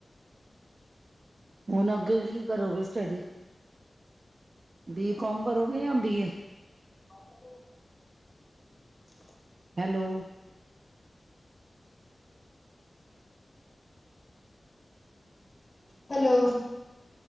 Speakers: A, on the right; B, on the left.
A: ਹੁਣ ਅੱਗੇ ਕੀ ਕਰੋਗੇ ਸਟੱਡੀ? ਬੀ- ਕੋੌਮ ਕਰੋਗੇ, ਜਾਂ ਬੀ-ਏ
B: ਹ <inaudible>
A: ਹੈਲੋ
B: ਹੈਲੋ